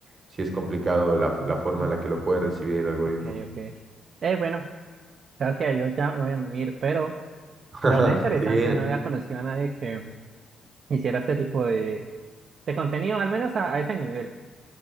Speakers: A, on the right (about 35°); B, on the right (about 55°).
A: sí es complicado la,
B: No,
A: la forma en la que lo puede recibir el algoritmo.
B: ok, ok. Eh, bueno, sabes que yo ya me voy a unir, pero
A: <laughs>
B: la verdad interesante,
A: Sí,
B: no había conocido a nadie que hiciera este tipo de, de contenido, al menos a, a ese nivel.